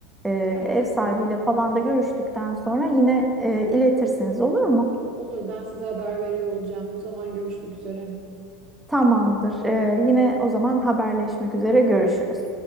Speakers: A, in the centre; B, on the right.
A: e,
B: tabii
A: ev
B: tabii.
A: sahibiyle falan da görüştükten sonra yine e, iletirsiniz olur mu?
B: Olur ben size haber veriyor olacağım. O zaman görüşmek üzere.
A: Tamamdır. E, yine o zaman haberleşmek üzere görüşürüz.